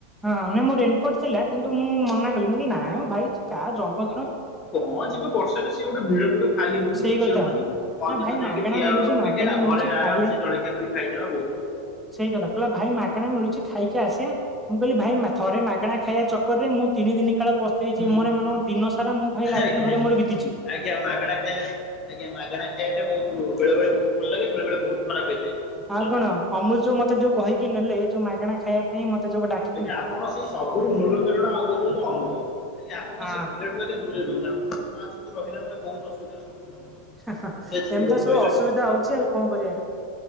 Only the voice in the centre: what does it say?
ହଁ, ନାଇଁ ମୋ ରେନକୋଟ ଥିଲା କିନ୍ତୁ ମୁଁ ମନା କଲି। ମୁଁ କହିଲି ନାଇଁ ଭାଇ ତା ଜନ୍ମ
ସେଇ
କଥା
ନା
ଭାଇ
ମାଗଣା
ମିଳୁଛି
ମାଗଣା
ମିଳୁଛି
ଖାଇବା
ସେଇ କଥା। କହିଲା ଭାଇ ମାଗଣା ମିଳୁଛି ଖାଇକି ଆସିଆ। ମୁଁ କହିଲି ଭାଇ ମା ଥରେ ମାଗଣା ଖାଇବା ଚକରରେ ମୁଁ ତିନି ଦିନି କାଳ ପସ୍ତେଇ ପସ୍ତେଇଛି।
ମୋର ମାନେ ଦିନ ସାରା ମୁଁ ଭାଇ ଲାରଟିନ
ଘରେ
ମୋର ବିତିଛି।
ଆଉ
କଣ
ଅମୁଲ ଯୋଉ ମତେ ଯୋଉ କହିକି ନେଲେ ଯୋଉ ମାଗଣା ଖାଇବା ନାଇ ମତେ ଯୋଉ ଡାକି
ହଁ
ଏମିତି
ତ ସବୁ
ଅସୁବିଧା ହଉଛି ଆଉ କଣ କରିବା?